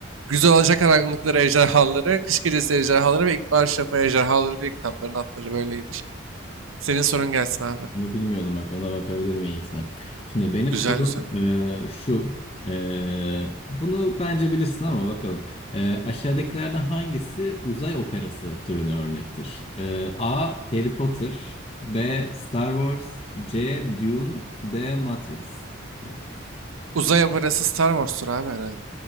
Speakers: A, on the right; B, on the left.
A: Güzel Alacak Karanlıkları Ejderhaları, Kış Gecesi Ejderhaları ve İkbal Şafa Ejderhaları diye kitapların adları böyleymiş. Senin sorun gelsin abi.
B: Bunu bilmiyordum bak ona bakabilirim iyisine. Şimdi benim
A: Güzel
B: sorum
A: güzel.
B: e, şu. E, bunu bence bilirsin ama bakalım. E, aşağıdakilerden hangisi uzay operası türünü örnektir? E, A. Harry Potter B. Star Wars C. Dune D. Matrix. Matrix.
A: Uzay abarası Star Wars'tur abi herhalde.